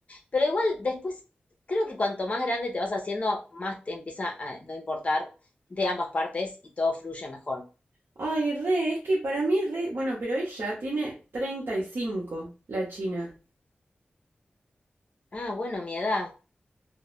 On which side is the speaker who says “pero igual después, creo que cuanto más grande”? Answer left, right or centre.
Left